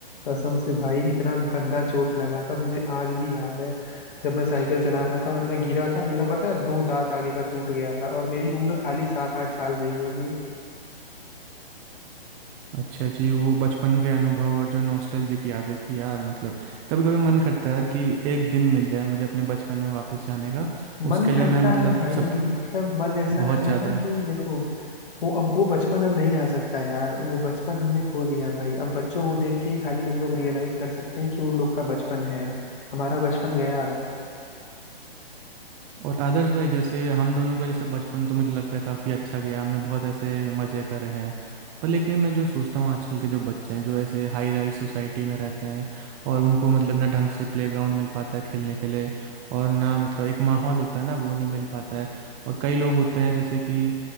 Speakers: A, on the left; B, on the right.
A: कसम से भाई इतना गंदा चोट लगा था मुझे आज भी याद है जब मैं साइकिल चला रहा था और मैं गिरा था मेरा पता है दो दांत आगे का टूट गया था और मेरी उम्र खाली सात आठ साल रही होगी
B: अच्छा जी वो बचपन के अनुभव और जो नॉस्टैल्जी की यादें थी यार मतलब कभी कभी मन करता है यार कि एक दिन मिल जाए मुझे अपने बचपन में वापस जाने का
A: मन
B: उसके लिए
A: करता
B: मैं मतलब
A: है भाई
B: सब
A: मतलब मन ऐसा
B: बहुत
A: रहता
B: ज़्यादा
A: है ना कि देखो वो अब वो बचपन अब नहीं आ सकता यार वो बचपन हमने खो दिया भाई अब बच्चों को देख के ही खाली हम लोग रियलाइज कर सकते हैं कि उन लोग का बचपन है हमारा बचपन गया अब
B: और आदर्श भाई जैसे हम दोनों का जैसे बचपन तो मुझे लगता है काफ़ी अच्छा गया हमने बहुत ऐसे मज़े करे हैं पर लेकिन मैं जो सोचता हूँ आजकल के जो बच्चे हैं जो ऐसे हाई राइज सोसाइटी में रहते हैं और उनको मतलब ना ढंग से प्लेग्राउंड मिल पाता है खेलने के लिए और ना मतलब एक माहौल होता है ना वो नहीं मिल पाता है और कई लोग होते हैं जैसे कि